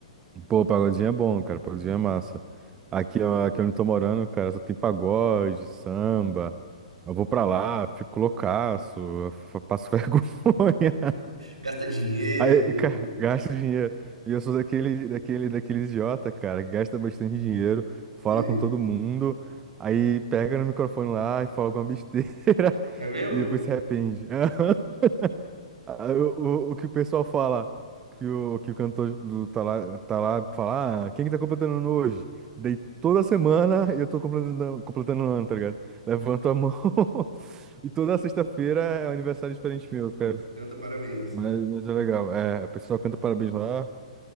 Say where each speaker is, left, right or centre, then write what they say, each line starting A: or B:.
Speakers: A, on the right (about 20°); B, on the right (about 75°).
A: Pô, pagodinho é bom, cara. Pagodinho é massa. Aqui, ó, aqui onde eu tô morando, cara, só tem pagode, samba. Eu vou pra lá, fico loucaço, eu fa- passo <laughs> vergonha.
B: Gasta dinheiro,
A: Aí, cara, <laughs> gasta dinheiro. E eu sou daquele, daquele, daquele idiota, cara, que gasta bastante dinheiro,
B: sei.
A: fala com todo mundo, aí pega no microfone lá e fala alguma besteira <laughs>
B: É mesmo?
A: e depois se arrepende. <laughs> Ah, O, o, o que o pessoal fala, que o, que o cantor do, tá lá, tá lá, fala, ah, quem que tá completando ano hoje? Daí toda semana eu tô completando, completando ano, tá ligado? Levanto a mão <laughs> e toda sexta-feira é um aniversário diferente meu, cara.
B: Então, tá, parabéns.
A: Mas, mas é legal. É, a pessoa canta parabéns lá.